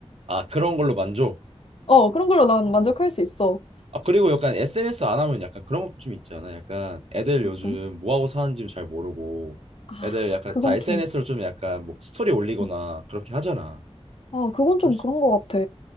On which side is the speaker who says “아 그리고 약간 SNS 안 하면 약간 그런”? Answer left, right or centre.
Right